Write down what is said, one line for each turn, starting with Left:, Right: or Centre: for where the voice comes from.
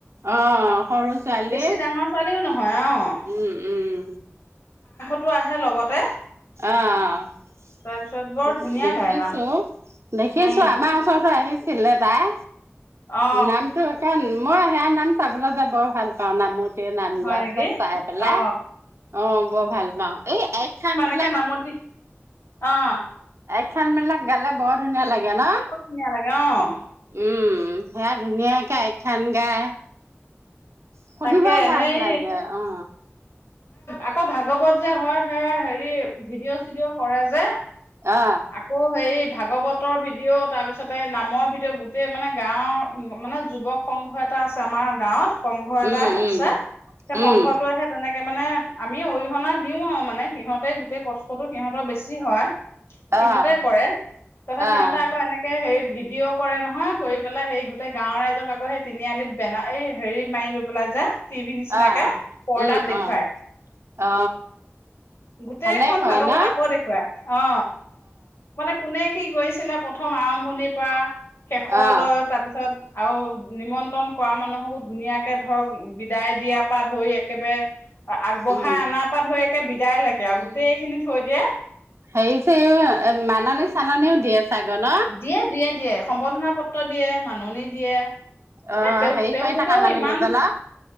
Right: অ সৰু ছোৱালী
Left: বেছি ডাঙৰ ছোৱালীও নহয় অ
Right: উম উম।
Left: টো আহে লগতে
Right: আহ-
Left: তাৰপিছত বৰ ধুনীয়া
Right: দেখিছো
Left: গাই নাম
Right: দেখিছো
Left: উম
Right: আমাৰ ওচৰত আহিছিলে তাই
Left: অ
Right: নামটো এটান মই সেয়া নাম চাবলে যাব ভাল পাওঁ নামত নাম
Left: হয়
Right: গোৱা
Left: নেকি
Right: চাই পেলাই
Left: অ
Right: অহ বৰ ভাল পাওঁ এই আইখান মত
Left: চে নামতি অহ।
Right: এইখন মানে বেলেগ বৰুত ধুনীয়া লাগে ন
Left: বৰ ধুনীয়া অ
Right: উম। সেয়া ধুনীয়াকে আখ্যান সেইয়া শুনিবয়ে
Left: তাকে
Right: ভাল
Left: সেই
Right: লাগে অ
Left: আকৌ ভাগৱত যে হয় সে হেৰি ভিডিঅ চিডিঅ' কৰে যে।
Right: অ
Left: আকৌ সেই ভাগৱতৰ ভিডিঅ' তাৰপিছত এই নামৰ ভিডিঅ' গোটেই মানে গাঁৱৰ মানে যুৱক সংঘ এটা আছে আমাৰ গাঁৱত সংঘ
Right: উম
Left: তাই আছে সেই
Right: উম
Left: সংঘটোৱেহে
Right: উম
Left: তেনেকে নে মানে আমি অৰিহণা দিও আৰু মানে সিহঁতে গোটেই কষ্টতটো সিহঁতৰ বেছি হয়। সিহঁতে
Right: আহ
Left: কৰে তাতে
Right: আহ
Left: সিহঁতে আকৌ এনেকে হেৰি ভিডিঅ' কৰে নহয় গৈ পেলাই সেই গোটে গাঁওৰ ৰাইজক আকৌ সেই তিনিআলিত বেন এই হেৰি মাৰি ল ওলাই যায় টিভিত নিচিনাকে
Right: আহ
Left: পৰ্দাত
Right: উম
Left: দেখুৱায়
Right: অ অ
Left: গোটেইখন
Right: ভালে কয়
Left: ভাগৱত
Right: ন
Left: আকৌ দেখুৱায় অ মানে কোনে কি কৰিছে। কৰিছিলে প্ৰথম আৰম্ভণিৰ পৰা শেষলৈ
Right: অ
Left: তাৰপিছত আৰু নিমন্ত্ৰণ কৰা মানুহকো ধুনীয়াকে এই ধৰক বিদায় দিয়াৰ পৰা ধৰি একেবাৰে আগবঢ়াই
Right: উম
Left: অনাৰ পৰা ধৰি একে বিদায় লৈকে আৰু
Right: উম
Left: গোটেইখিনি থৈ দিয়ে
Right: সেই যে মাননি চাননিও দিয়ে। চাগে ন
Left: দিয়ে দিয়ে দিয়ে সম্বৰ্ধনা পত্ৰ দিয়ে মাননি দিয়ে
Right: অ
Left: এ তেওঁ
Right: হেৰি
Left: তেওঁলোকেও
Right: কৰি থকা মানুহ
Left: ইমান
Right: কেইজনক